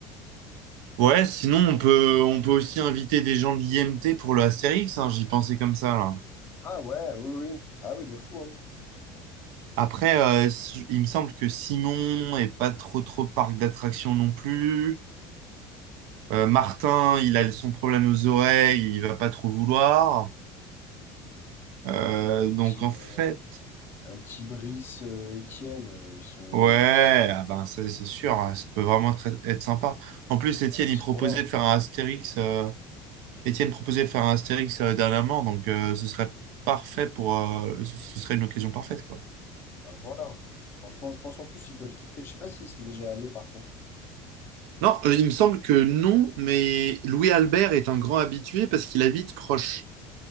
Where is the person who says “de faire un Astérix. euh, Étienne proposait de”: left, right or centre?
Right